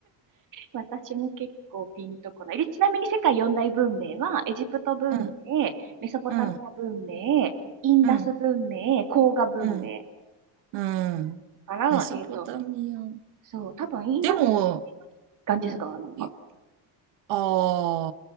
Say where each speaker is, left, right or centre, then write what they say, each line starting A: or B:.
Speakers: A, on the right; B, on the right.
A: 私も結構ピンとこない。でちなみに世界四大文明は、エジプト文明、
B: うん
A: メソポタミア文明、
B: うん
A: インダス文明、
B: うん
A: 黄河文明。
B: うんうんメソポタミア。
A: だから、えっと、そう、多分インダスが
B: でも、
A: ガンジス川なのかも。
B: いあ